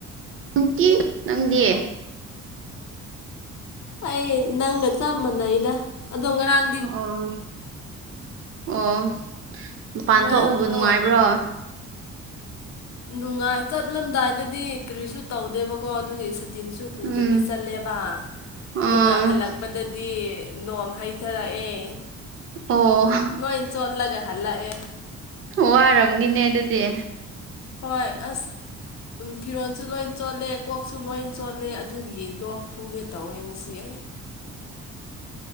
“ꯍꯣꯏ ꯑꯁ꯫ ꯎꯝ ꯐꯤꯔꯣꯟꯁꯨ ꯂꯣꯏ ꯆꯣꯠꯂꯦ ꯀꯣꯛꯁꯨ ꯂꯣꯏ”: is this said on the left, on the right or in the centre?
Left